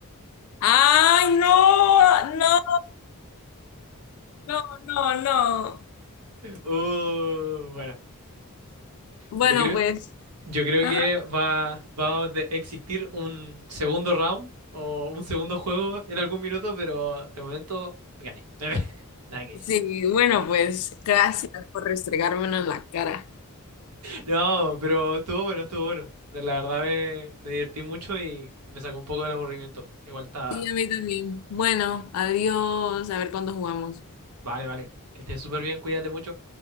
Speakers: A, on the left; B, on the right.
A: <laughs> Ay, no. No, no, no, no.
B: Uh, bueno,
A: Bueno,
B: yo creo,
A: pues.
B: yo creo
A: ajá,
B: que va, va a de- existir un segundo round o un segundo juego en algún minuto, pero de momento gané. <laughs> Nada que decir.
A: Sí, bueno, pues. Gracias por restregármelo en la cara.
B: No, pero estuvo bueno, estuvo bueno. De- La verdad me, me divertí mucho y me sacó un poco del aburrimiento. Igual está...
A: Sí, a mí también. Bueno, adiós. A ver cuándo jugamos.
B: Vale, vale. Que estés súper bien, cuídate mucho.